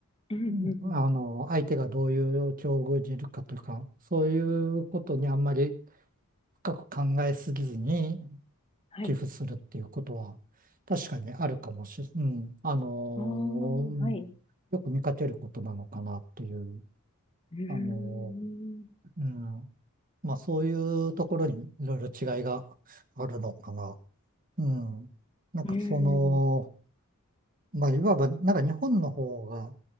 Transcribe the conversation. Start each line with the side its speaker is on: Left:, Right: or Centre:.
Left: うん。
Right: うんあの、相手がどういう境遇にいるかというか、そういうことにあんまり深く考えすぎずに
Left: はい。
Right: 寄付するっていうことは、確かにあるかもしれ、うん、あのーうんよく見かけることなのかなっていう、
Left: ああ、はい。うーん。
Right: あのーうん、まあそういうところにいろいろ違いがあるのかな。うん、なんかその、
Left: うーん。
Right: まあいわば、なんか日本の方が、